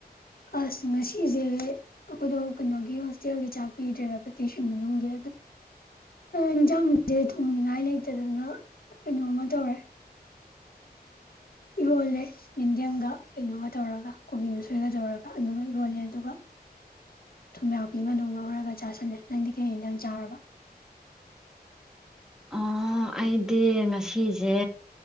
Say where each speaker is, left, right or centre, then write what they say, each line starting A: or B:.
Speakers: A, on the left; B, in the centre.
A: ꯑꯁ ꯉꯁꯤꯁꯦ ꯑꯩꯈꯣꯏꯗꯣ ꯀꯩꯅꯣꯒꯤ ꯍꯣꯁꯇꯦꯜꯒꯤ ꯆꯥꯛ ꯄꯤꯗ꯭ꯔꯦꯕ ꯚꯦꯀꯦꯁꯟ ꯃꯅꯨꯡꯒꯤ
B: <inaudible>
A: ꯏꯟꯁꯥꯡꯁꯦ ꯊꯣꯡꯅꯤꯉꯥꯏ ꯂꯩꯇꯗꯅ ꯀꯩꯅꯣꯃ ꯇꯧꯔꯦ ꯏꯔꯣꯜꯂꯦ ꯌꯦꯟꯗꯦꯝꯒ ꯀꯩꯅꯣꯒ ꯇꯧꯔꯒ ꯀꯣꯕꯤ ꯃꯁꯣꯏꯒ ꯇꯧꯔꯒ ꯑꯂꯨꯒ ꯏꯔꯣꯜꯂꯦ ꯑꯗꯨꯒ ꯊꯨꯝ ꯌꯥꯥꯛꯄꯤꯃ ꯉꯧꯔꯒ ꯆꯥꯥꯁꯜꯂꯦ ꯅꯪꯗꯤ ꯀꯩ ꯑꯦꯟꯁꯥꯡ ꯆꯥꯔꯕ
B: ꯑꯣ ꯑꯩꯗꯤ ꯉꯁꯤꯁꯦ